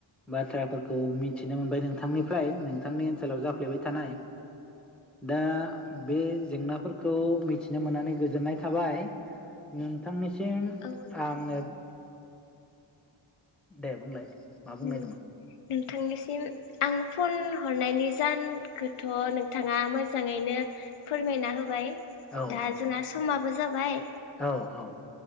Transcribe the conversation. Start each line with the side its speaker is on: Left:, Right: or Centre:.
Centre: बाथ्राफोरखौ मिथिनो मोनबाय नोंथांनिफ्राय नोंथांनि ओनसोलाव जाफ्लेबाय थानाय दा बे जेंनाफोरखौ मिथिनो मोननानै गोजोननाय थाबाय नोंथांनि सिम
Left: औ नोंथां
Centre: आङो <inaudible> दे बुंलाय मा बुंनोयदोंमोन?
Left: नों नोंथांनिसिम आं फन हरनायनि जाहोनखौथ' नोंथाङा मोजाङैनो फोरमायना होबाय।
Centre: औ
Left: दा
Centre: औ
Left: जोंहा समा बो जाबाय
Centre: औ औ।